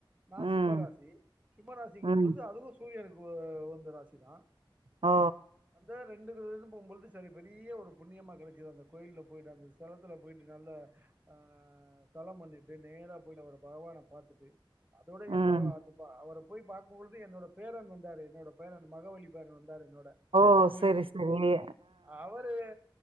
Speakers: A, on the right; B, on the right.
A: நா
B: ம்.
A: சிம்ம ராசி சிம்ம ராசிங்கு
B: ம்.
A: போது அதுவு சூரியனுக்கு உ உகந்த ராசிதா
B: ஓ
A: அந்த ரெண்டு க பொ பொழுது செரி பெரிய ஒரு புண்ணியமா கிடைச்சது அந்த கோயில போயிட்டு அந்தஸலத்துல போயிட்டு நல்ல அ சலம் பண்ணிட்டு நேரா போயிட்டு அவர பகவான பாத்துட்டு அதோட
B: ம்.
A: என் ப அவர போய் பாக்கு பொழுது என்னோட பேரன் வந்தாரு என்னோட பேரன் மகவழி பேரன் வந்தாரு என்னோட
B: ஓ
A: மூணு
B: செரி
A: வயசு
B: செரி
A: அவரு